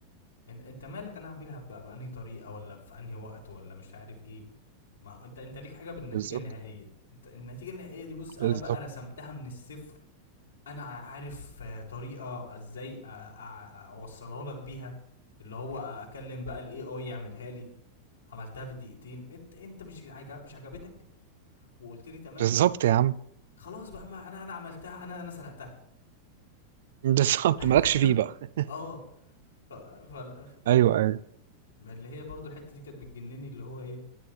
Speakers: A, on the left; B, on the right.
A: انت انت مالك انا اعملها بقى بأنهي طريقه ولا في انهي وقت ولا مش عارف ايه ما انت انت ليك حاجه بالنتيجه
B: بالظبط
A: النهائيه انت النتيجه النهائيه دي بص انا
B: بالظبط
A: بقى رسمتها من الصفر انا عارف آه، طريقه ازاي أ- أ- اوصلها لك بيها اللي هو اكلم بقى الاي اي يعملها لي عملتها في دقيقتين انت انت مش عجب مش عجبتك وقلت لي تمام
B: بالظبط <laughs> يا عم
A: خلاص بقى ما انا انا عملتها انا انا سرقتها
B: بالظبط مالكش
A: <laughs>
B: فيه بقى
A: <applause> اه ف... ف... ف...
B: ايوه ايوه
A: ما اللي هي برضو الحته دي كانت بتجنني اللي هو ايه